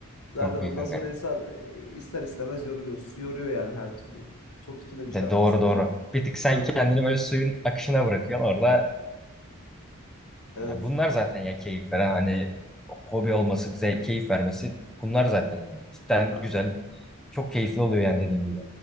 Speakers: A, on the left (about 75°); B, in the centre.
A: Zaten
B: Çok
A: ondan
B: iyi kanka.
A: sonra insan e, ister istemez yoruluyor. Su yoruyor yani her türlü. Çok içinde bir
B: De-
A: şey yapmasa
B: doğru doğru.
A: da
B: Bir tık sen
A: yor-
B: kendini böyle suyun akışına bırakıyorsun orada.
A: Evet.
B: Ya bunlar zaten ya keyif veren hani hobi olması bize keyif vermesi bunlar zaten yani. Cidden
A: Ka-
B: güzel. Çok keyifli oluyor yani dediğin gibi.